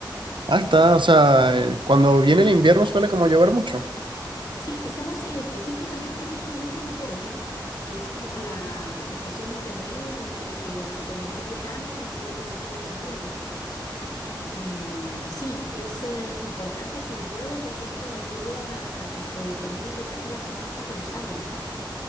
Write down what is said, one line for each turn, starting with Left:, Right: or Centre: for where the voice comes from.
Right: Ah, está, o sea, eh, cuando viene el invierno suele como llover mucho.
Left: Sí, estamos eh, específicamente en este momento en otoño, que es como la estación intermedia entre que se terminó el verano y quiere comenzar el invierno. Y mm, sí, es eh, importante que llueva porque esto ayuda a que se terminen de caer las hojas de los árboles.